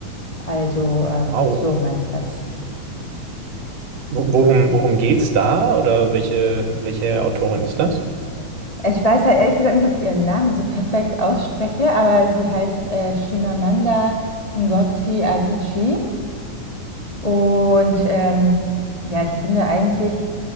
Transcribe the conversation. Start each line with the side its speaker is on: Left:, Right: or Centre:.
Left: Also ähm,
Right: Wow.
Left: so meine ich das.
Right: Wo- Worum, worum geht's da? Oder welche, welche Autorin ist das?
Left: Ich weiß halt ehrlich gesagt nicht, ob ich ihren Namen so perfekt ausspreche, aber sie heißt äh, Chimamanda Ngozi Adichie. Und ähm, ja, ich finde eigentlich,